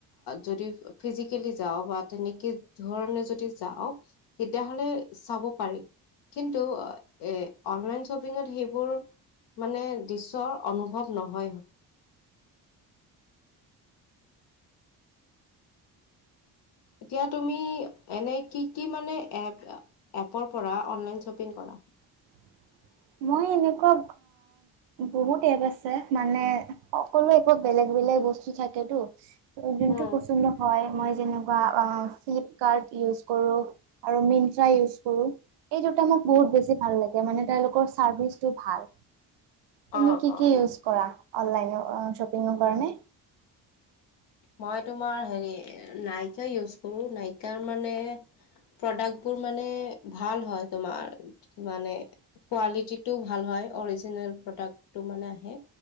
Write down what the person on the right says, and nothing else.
<inaudible> মই এনেকুৱা বহুত এপ আছে মানে সকলো এপতে বেলেগ বেলেগ বস্তু থাকেতটো যোনটো
পচন্দ হয়। মই যেনেকুৱা ফ্লিপকাৰ্ট ইউজ কৰোঁ আৰু মিট্ৰা ইউজ কৰোঁ। এই দুটা মোক বহুত বেছি ভাল, লাগে মানে তেওঁলোকৰ চাৰ্ভিচটো ভাল। এমি
কি-কি
ইউজ কৰা অনলাইন শ্বপিংৰ কাৰণে?